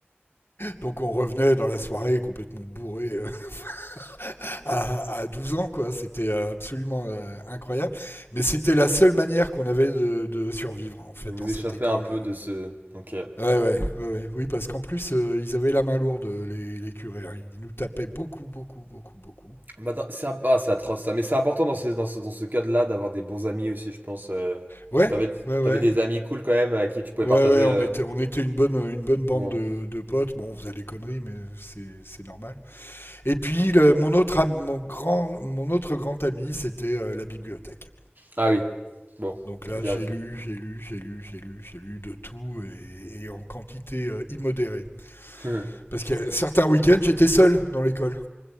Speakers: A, on the left (about 65°); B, on the right (about 50°).
A: Donc on revenait dans la soirée complètement bourré euh, <laughs> à, à 12 ans, quoi. C'était euh, absolument euh, incroyable. Mais c'était la seule manière qu'on avait de, de survivre en fait
B: Vous vous
A: dans cette
B: échappez
A: école.
B: un peu
A: euh.
B: de ce... Ok.
A: Ouais, ouais, ouais, ouais. Oui, parce qu'en plus, euh, ils avaient la main lourde, euh, les, les curés. hein. Ils nous tapaient beaucoup, beaucoup, beaucoup, beaucoup.
B: Bah, dans- c'est un- ah, c'est atroce ça, mais c'est important dans ce, dans ce, dans ce cadre-là d'avoir des bons amis aussi, je pense. euh.
A: Ouais,
B: T'avais,
A: ouais, ouais.
B: t'avais des amis cool quand même à qui tu pouvais
A: Ouais,
B: partager...
A: ouais, on
B: euh,
A: était, on était une bonne, une bonne bande
B: Bon.
A: de, de potes. Bon, on faisait des conneries, mais c'est, c'est normal. Et puis, le- mon autre, am- mon grand, mon autre grand ami, c'était euh, la bibliothèque.
B: Ah oui. Bon,
A: Donc
B: c'est
A: là,
B: bien
A: j'ai
B: aussi.
A: lu,
B: <laughs>
A: j'ai lu, j'ai lu, j'ai lu, j'ai lu de tout et, et en quantité euh, immodérée.
B: Hmm.
A: Parce que certains week-ends, j'étais seul dans l'école.